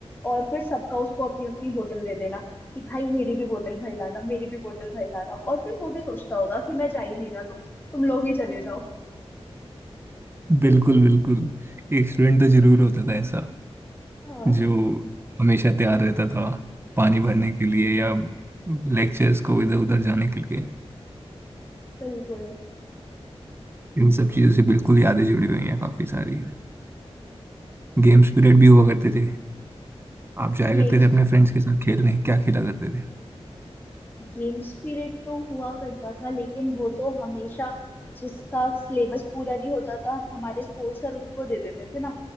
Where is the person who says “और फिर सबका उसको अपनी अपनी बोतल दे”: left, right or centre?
Left